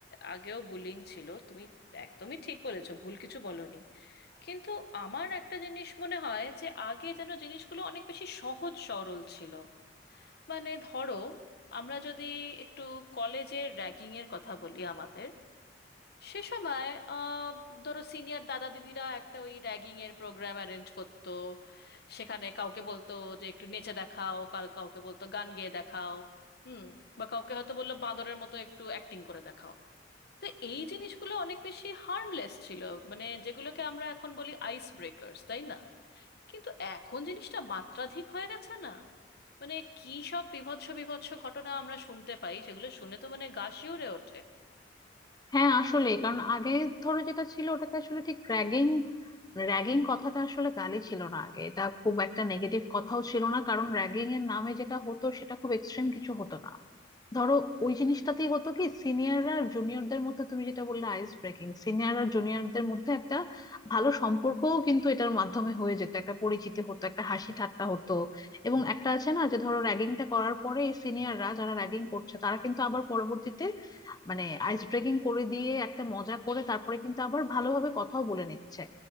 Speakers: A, on the left; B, on the left.
A: আগেও বুলিং ছিল তুমি একদমই ঠিক বলেছো ভুল কিছু বলনি কিন্তু আমার একটা জিনিস মনে হয় যে আগে যেন জিনিসগুলো অনেক বেশি সহজ সরল ছিল মানে ধরো আমরা যদি একটু কলেজের র্যাগিং এর কথা বলি আমাদের সে সময় আহ, ধরো সিনিয়র দাদা দিদিরা একটা ওই র্যাগিং এর প্রোগ্রাম অ্যারেঞ্জ করতো সেখানে কাউকে বলতো যে একটু নেচে দেখাও কাল কাউকে বলতো গান গেয়ে দেখাও হুম বা কাউকে হয়তো বললো বাঁদরের মতো একটু অ্যাক্টিং করে দেখাও তো এই জিনিসগুলো অনেক বেশি হার্মলেস ছিল মানে যেগুলোকে আমরা এখন বলি আইস ব্রেকার্স তাই না কিন্তু এখন জিনিসটা মাত্রাধিক হয়ে গেছে না মানে কি সব বীভৎস বীভৎস ঘটনা আমরা শুনতে পাই সেগুলো শুনে তো মানে গা শিউরে ওঠে
B: হ্যাঁ আসলে কারণ আগে ধরো যেটা ছিল ওটাকে আসলে ঠিক র্যাগিং র্যাগিং কথাটা আসলে গালি ছিল না আগে এটা খুব একটা নেগেটিভ কথাও ছিল না কারণ র্যাগিং এর নামে যেটা হতো সেটা খুব এক্সট্রিম কিছু হতো না ধরো ওই জিনিসটাতেই হতো কি সিনিয়ররা আর জুনিয়রদের মধ্যে তুমি যেটা বললে আইস ব্রেকিং সিনিয়র আর জুনিয়রদের মধ্যে একটা ভালো সম্পর্কও কিন্তু এটার মাধ্যমে হয়ে যেত একটা পরিচিতি হতো একটা হাসি ঠাট্টা হতো এবং একটা আছে না যে ধরো র্যাগিংটা করার পরে এই সিনিয়ররা যারা র্যাগিং করছে তারা কিন্তু আবার পরবর্তীতে মানে আইস ব্রেকিং করে দিয়ে একটা মজা করে তারপরে কিন্তু আবার ভালোভাবে কথাও বলে নিচ্ছে